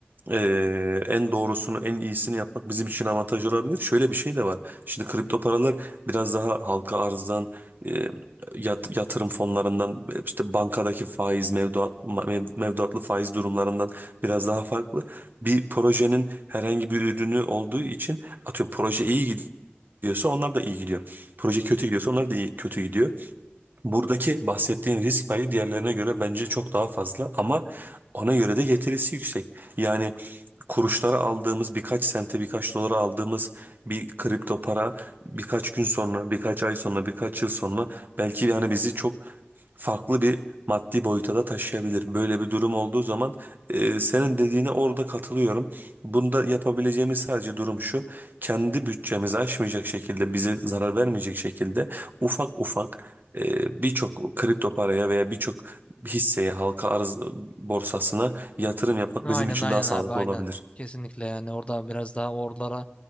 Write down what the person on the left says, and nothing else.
Aynen
aynen
abi aynen.
Kesinlikle yani orada biraz daha oralara